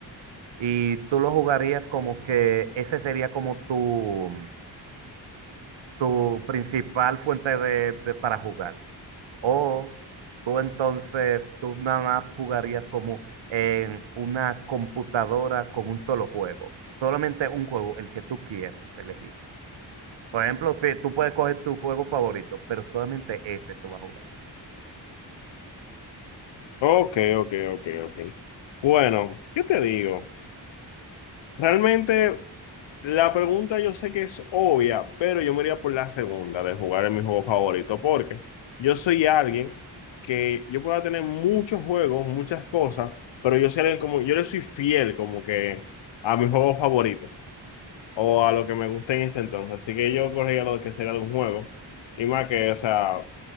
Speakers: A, on the right; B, on the left.
A: Y tú lo jugarías como que ese sería como tu, tu principal fuente de, de- para jugar. O tú entonces, tú nada más jugarías como en una computadora con un solo juego. Solamente un juego, el que tú quieras elegir. Por ejemplo, si tú puedes coger tu juego favorito, pero solamente ese tú vas a jugar.
B: Ok, ok, ok, ok. Bueno, ¿qué te digo? Realmente la pregunta yo sé que es obvia, pero yo me iría por la segunda de jugar en mi juego favorito, porque yo soy alguien que yo pueda tener muchos juegos, muchas cosas, pero yo soy alguien como, yo le soy fiel como que a mi juego favorito o a lo que me gusta en ese entonces. Así que yo corría lo que sería de un juego y más que, o sea,